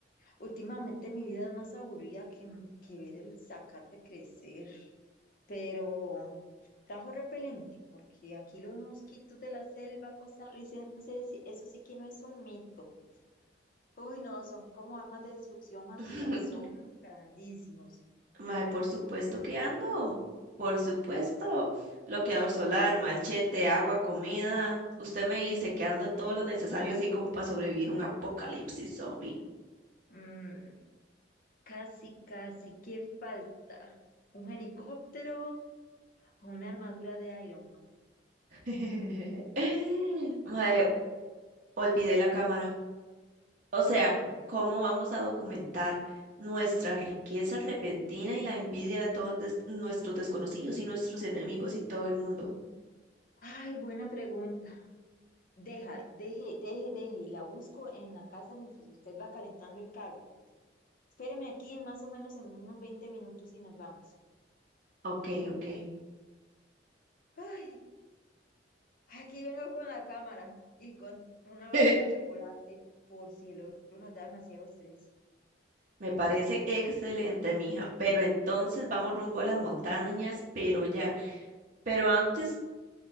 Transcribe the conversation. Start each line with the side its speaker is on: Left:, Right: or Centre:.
Left: Últimamente mi vida es más aburrida que, que ver el zacate crecer, pero trajo repelente, porque aquí los mosquitos de la selva costarricense, sí- eso sí que no es un mito. Uy, no, son como armas de destrucción masiva,
Right: <laughs>
Left: son grandísimos.
Right: Mae, por supuesto que ando. Por supuesto. Bloqueador solar, machete, agua, comida. Usted me dice que ando todo lo necesario así como para sobrevivir un apocalipsis zombie.
Left: Mm, casi, casi, ¿qué falta? ¿Un helicóptero o una armadura de Iron Man?
Right: <laughs> Mae, Olvidé la cámara. O sea,
Left: Ay, no.
Right: ¿cómo vamos a documentar nuestra riqueza repentina y la envidia de todos des- nuestros desconocidos y nuestros enemigos y todo el mundo?
Left: Ay, buena pregunta. Deja, deje, deje, deje, y la busco en la casa mientras usted va calentando el carro. Espéreme aquí en más o menos en unos 20 minutos y nos vamos.
Right: Ok, ok.
Left: Ay, aquí vengo con la cámara y con una barra
Right: <laughs>
Left: de chocolate por si el otro nos da demasiado estrés.
Right: Me parece excelente, mija. Pero entonces vamos rumbo a las montañas, pero ya. Pero antes,